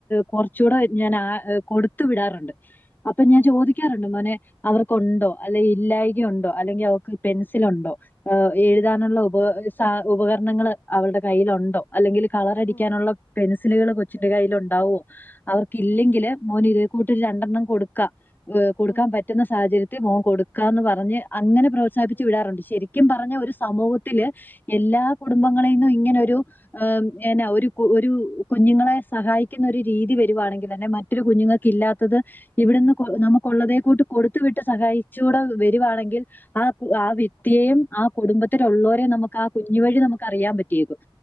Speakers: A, on the left; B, on the left.
A: കുറച്ചൂടെ ഞാൻ ആഹ് കൊടുത്തു വിടാറുണ്ട് അപ്പൊ
B: ഉം
A: ഞാൻ ചോദിക്കാറുണ്ട്
B: ഉം
A: മോനെ അവർക്കുണ്ടോ അല്ലെ ഇല്ലായായികയുണ്ടോ അല്ലെങ്കി അവ പെൻസിൽ ഉണ്ടോ ഹ് എഴുതാനുള്ള
B: ഉം
A: ഉപ സാ ഉപകരണങ്ങൾ അവര്ടെ കയ്യിലുണ്ടോ അല്ലെങ്കില് കളർഅടിക്കാനുള്ള
B: ഉം
A: പെൻസിലുകള് കൊച്ചിന്റെ കൈയില് ഉണ്ടാവോ അവർക്ക് ഇല്ലെങ്കില്
B: ഉം
A: മോന് ഇതേ കൂട്ട് രു രണ്ടെണ്ണം കൊടുക്കാ കൊടുക്കാൻ
B: ഉം
A: പറ്റുന്ന സാഹചര് ത്തെ മോൻ കൊടുക്കാന്ന് പറഞ്ഞ് അങ്ങനെ പ്രോത്സാഹിപ്പിച്ചു
B: ഉം
A: വിടാറുണ്ട് ശരിക്കും പറഞ്ഞ ഒരു സമൂഹത്തില് എല്ലാ കുടുംബങ്ങളെന്നും
B: ഉം
A: ഇങ്ങനൊരു ഉം എന ഒരു ഒരു കുഞ്ഞുങ്ങളെ സഹായിക്കുന്ന ഒരു രീതി വരുവാണെങ്കിൽതന്നെ മ ഒത്തിരി കുഞ്ഞുങ്ങക്ക് ഇല്ലാത്തത് ഇവിടെന്ന്
B: ഉം
A: നമുക്കുള്ളതേ കൂട്ട് കൊടുത്തു വിട്ട് സഹായിച്ചൂടെ വരുവാണെങ്കിൽ ആഹ് ആ
B: ഉം
A: വ്യക്തിയേയും ആ കുടുംബത്തിലുള്ളരെം ആ കുഞ്ഞു വഴി നമു അറിയാൻ പറ്റിയേക്കും